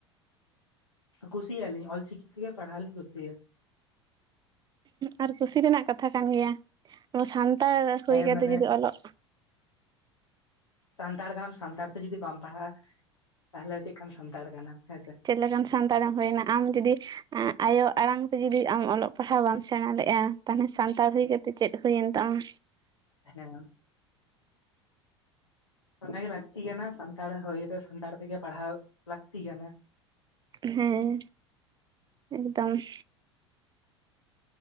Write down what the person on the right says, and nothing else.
ᱟᱨ ᱠᱩᱥᱤ ᱨᱮᱱᱟᱜ ᱠᱟᱛᱷᱟ ᱠᱟᱱ ᱜᱮᱭᱟ ᱟᱵᱚ ᱥᱟᱱᱛᱟᱲ ᱦᱩᱭ
ᱠᱟᱛᱮ
ᱡᱩᱫᱤ ᱚᱞᱚᱜ
ᱪᱮᱫ ᱞᱮᱠᱟᱱᱼᱼ ᱥᱟᱱᱛᱟᱲ ᱮᱢ ᱦᱩᱭᱮᱱᱟ ᱟᱢ ᱡᱩᱫᱤ ᱟᱭᱳ ᱟᱲᱟᱝ ᱛᱮ ᱡᱩᱫᱤ ᱟᱢ ᱚᱞᱚᱜ ᱯᱟᱲᱦᱟᱣ ᱵᱟᱢ ᱥᱮᱬᱟ ᱞᱮᱼᱟ ᱾ ᱛᱟᱦᱚᱞᱮ ᱥᱟᱱᱛᱟᱲ ᱦᱩᱭ ᱠᱟᱛᱮᱜ ᱪᱮᱫ ᱦᱩᱭᱮᱱ ᱛᱟᱢᱟ?
ᱦᱮᱸ ᱮᱠᱫᱚᱢ ᱾